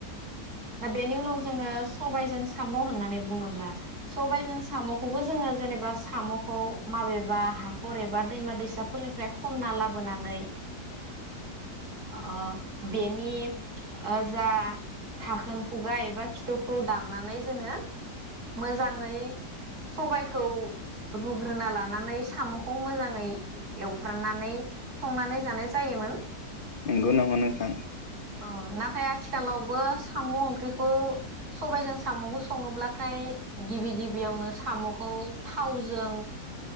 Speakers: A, on the right; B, on the left.
A: दा बेनि उनाव जोङो सबायजों साम' होननानै बुङोब्ला सबायजों साम'खौबो जोङो जेनेबा साम'खौ माबेबा हाखर एबा दैमा दैसाफोरनिफ्राय खनना लाबोनानै ओ बेनि ओ जा थाखोन खुगा एबा खिथौखौ दाननानै जोङो मोजाङै सबायखौ रुग्रोना लानानै साम'खौ मोजाङै एवफ्राननानै संनानै जानाय जायोमोन
B: नंगौ नामा नोंथां?
A: औ नाथाय आथिखालावबो साम' ओंख्रिखौ सबायजों साम'खौ सङोब्लाथाय गिबि गिबियावनो साम'खौ थावजों